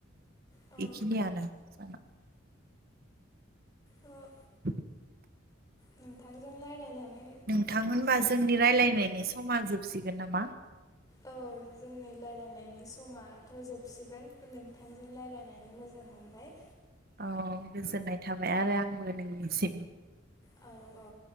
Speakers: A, on the left; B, on the right.
A: औ
B: एखिनि आनो जाना।
A: औ
B: <inaudible>
A: नोंथांजों रायलायनानै
B: नोंथां होनबा जोंनि रायलायनायनि समा जोबसिगोन नामा?
A: औ जोंनि रायलायनायनि समाथ' जोबसिगोन नोंथांजों रायज्लायनानै मोजां मोन ओमफाय
B: औ गोजोननाय थाबाय आरो आंबो नोंनिसिम।
A: औ औ।